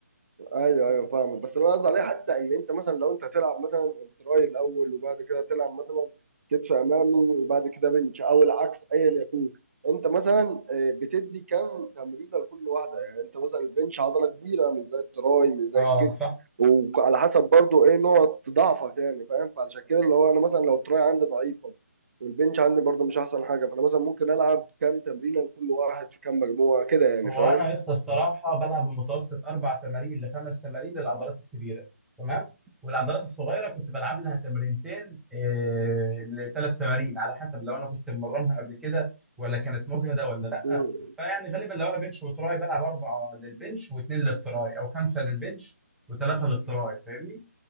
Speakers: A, on the right; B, in the centre.
A: ايوه ايوه فاهمك بس اللي انا قصدي عليه حتى ان انت مثلا لو انت تلعب مثلا تراي الاول وبعد كده تلعب مثلا كتف امامي وبعد كده بنش او العكس ايا يكون انت مثلا آه، بتدي كام تمرينه لكل واحده يعني انت مثلا البنش عضله كبيره مش زي التراي مش زي
B: اه
A: الكتف
B: صح
A: وعلى حسب برضو ايه نقط ضعفك يعني فاهم فعشان كده اللي هو انا مثلا لو التراي عندي ضعيفه والبنش عندي برضو مش احسن حاجه فانا مثلا ممكن العب كام تمرينه لكل واحد في كام مجموعه كده يعني
B: هو
A: فاهم
B: انا يا اسطى الصراحه بلعب بمتوسط اربع تمارين لخمس تمارين للعضلات الكبيره تمام والعضلات الصغيره كنت بلعب لها تمرينتين إيه لثلاث تمارين على حسب لو انا كنت مرنها قبل كده ولا كانت مجهده ولا لا
A: امم
B: فيعني غالبا لو انا بنش وتراي بلعب اربعه للبنش واثنين للتراي او خمسه للبنش وثلاثه للتراي فاهمني